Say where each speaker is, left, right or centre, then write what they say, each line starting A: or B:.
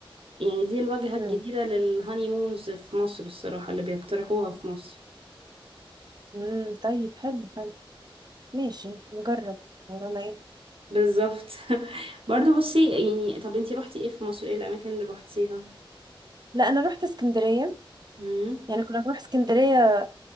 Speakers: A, on the right; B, on the right.
A: يعني دي الواجهه الجديده
B: امم
A: للهاني مونز في مصر الصراحه اللي بيقترحوها في مصر
B: امم طيب حلو حلو ماشي نجرب ورانا ايه
A: بالظبط <laughs> برضه بصي يعني طب انتي روحتي ايه في مصر ايه الاماكن اللي روحتيها
B: لا انا رحت اسكندريه
A: امم
B: يعني كنا بنروح اسكندريه